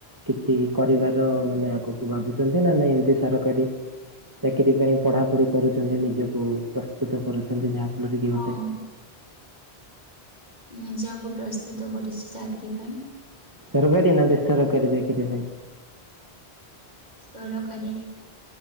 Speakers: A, on the right (about 20°); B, on the left (about 40°).
A: କିଛି କରିବାର ମାନେ ଆଗକୁ ଭାବୁଛନ୍ତି ନା ନାଇଁ ଏମିତି ସରକାରୀ ଚାକିରି ପାଇଁ ପଢାପଢି କରୁଛନ୍ତି ନିଜକୁ ପ୍ରସ୍ତୁତ କରୁଛନ୍ତି ଯାହା <unintelligible> ଗୋଟେ
B: ହଁ ନିଜକୁ ପ୍ରସ୍ତୁତ କରୁଛି ଚାକିରି ପାଇଁ।
A: ସରକାରୀ ନା ବେସରକାରୀ ଚାକିରି ପାଇଁ।
B: ସରକାରୀ